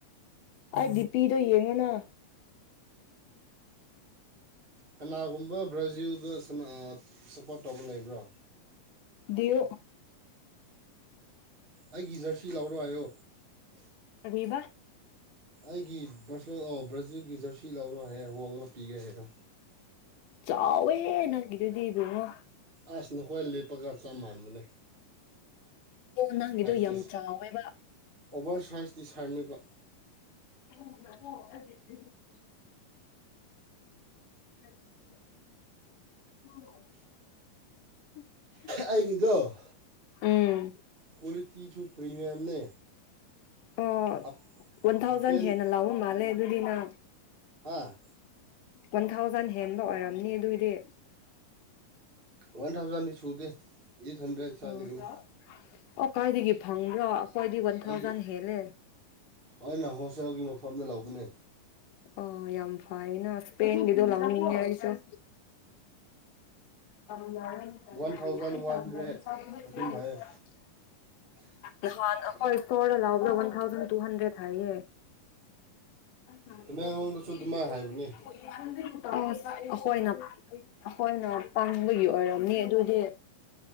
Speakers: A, on the left; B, on the right.
A: ꯑꯩ ꯗꯤ ꯄꯤ ꯗꯣ ꯌꯦꯡꯉꯣꯅ
B: ꯀꯅꯥꯒꯨꯝꯕ ꯕ꯭ꯔꯥꯖꯤꯜꯗ ꯁꯟꯅ ꯁꯞꯄꯣꯔꯠ ꯇꯧꯕ ꯂꯩꯕ꯭ꯔꯥ
A: ꯗꯤ ꯌꯨ
B: ꯑꯩ ꯒꯤ ꯖꯔꯁꯤ ꯂꯧꯔꯣ ꯍꯥꯏꯌꯣ
A: ꯀꯔꯤꯕ
B: ꯑꯩꯒꯤ ꯕ꯭ꯔꯁꯦꯂꯣ ꯕ꯭ꯔꯥꯖꯤꯜꯒꯤ ꯖꯔꯁꯤ ꯂꯧꯔꯣ ꯍꯥꯏꯌꯦ ꯑꯍꯣꯡꯕ ꯄꯤꯒꯦ ꯍꯥꯏꯌꯣ
A: ꯆꯥꯎꯋꯦ ꯍꯦ ꯅꯪꯒꯤꯗꯨꯗꯤ ꯏꯕꯨꯡꯉꯣ
B: ꯑꯁ ꯅꯈꯣꯏ ꯂꯦꯞꯄꯒꯥ ꯆꯞ ꯃꯥꯟꯅꯅꯤ
A: ꯑꯣ ꯅꯪꯒꯤꯗꯣ
B: ꯇꯤ
A: ꯌꯥꯝ ꯆꯥꯎꯋꯦꯕ
B: ꯑꯣꯚꯔ ꯁꯥꯏꯖ ꯇꯤ ꯁꯥꯔꯅꯦꯕ
A: <unintelligible> <unintelligible> <unintelligible>
B: ꯑꯩꯒꯤꯗꯣ
A: ꯎꯝ
B: ꯀ꯭ꯋꯥꯂꯤꯇꯤꯁꯨ ꯄ꯭ꯔꯤꯃꯤꯌꯝꯅꯦ
A: ꯑꯣ
B: ꯍꯥꯞ
A: ꯋꯥꯟ ꯊꯥꯎꯖꯟ
B: ꯍꯥꯞꯄꯦꯟ
A: ꯍꯦꯟꯅ ꯂꯥꯎꯕ ꯃꯥꯜꯂꯦ ꯑꯗꯨꯗꯤ ꯅꯪ
B: ꯍꯥꯥ
A: ꯋꯥꯟ ꯊꯥꯎꯖꯟ ꯍꯦꯟꯕ ꯑꯣꯏꯔꯝꯅꯤ ꯑꯗꯨꯏꯗꯤ
B: ꯋꯥꯟ ꯊꯥꯎꯖꯟꯗꯤ ꯁꯨꯗꯦ ꯑꯩꯠ ꯍꯟꯗ꯭ꯔꯦꯠ ꯁ꯭ꯋꯥꯏꯗꯒꯤꯅꯤ
A: ꯑꯣ ꯑꯣ ꯀꯥꯏꯗꯒꯤ ꯐꯪꯕ꯭ꯔꯥ ꯑꯈꯣꯏꯗꯤ ꯋꯥꯟ
B: ꯑꯩꯗꯤ
A: ꯊꯥꯎꯖꯟ ꯍꯦꯜꯂꯦ
B: ꯑꯩꯅ ꯍꯣꯜꯁꯦꯜꯒꯤ ꯃꯐꯝꯗꯥ ꯂꯧꯕꯅꯦ
A: ꯑꯣ ꯌꯥꯝ ꯐꯥꯏꯅ ꯁ꯭ꯄꯦꯟꯒꯤꯗꯣ ꯂꯧꯅꯤꯡꯉꯦ ꯑꯩꯁꯨꯦ <unintelligible>
B: ꯋꯥꯟ ꯊꯥꯎꯖꯟ ꯋꯥꯟ ꯍꯟꯗ꯭ꯔꯦꯠ ꯑꯗꯨꯝ ꯍꯥꯏꯌꯦ
A: ꯅꯍꯥꯟ ꯑꯩꯈꯣꯏ ꯏꯁ꯭ꯇꯣꯔꯗꯥ ꯂꯧꯕꯗꯣ ꯋꯥꯟ ꯊꯥꯎꯖꯟ ꯇꯨ ꯍꯟꯗ꯭ꯔꯦꯠ ꯍꯥꯏꯌꯦ <unintelligible>
B: ꯇꯃꯦꯡꯂꯣꯡꯗꯁꯨ ꯑꯗꯨꯃꯥꯏ ꯍꯥꯏꯕꯅꯦ
A: <unintelligible> ꯑꯁ ꯑꯩꯈꯣꯏꯅ ꯑꯩꯈꯣꯏꯅ ꯄꯪꯕꯒꯤ ꯑꯣꯏꯔꯝꯅꯤ ꯑꯗꯨꯗꯤ